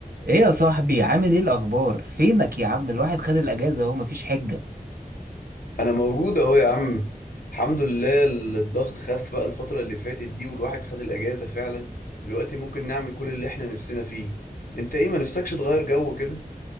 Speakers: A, on the right; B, on the left.
A: ايه يا صاحبي عامل ايه الاخبار فينك يا عم الواحد خد الاجازه اهو مفيش حجه
B: انا موجود اهو يا عم الحمد لله الضغط خف بقى الفترة اللي فاتت دي والواحد خد الاجازة فعلا دلوقتي ممكن نعمل كل اللي احنا نفسنا فيه انت ايه ما نفسكش تغير جو كده